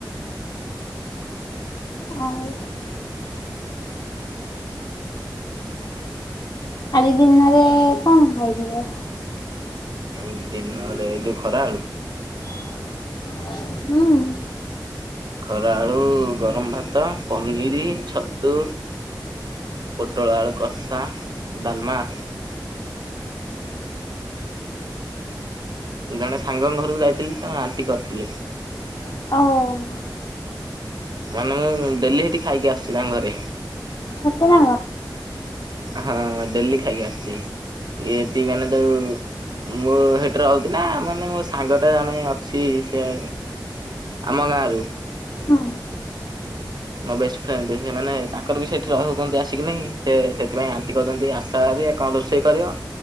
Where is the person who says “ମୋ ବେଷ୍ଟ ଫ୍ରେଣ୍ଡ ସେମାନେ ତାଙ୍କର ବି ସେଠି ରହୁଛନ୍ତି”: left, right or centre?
Right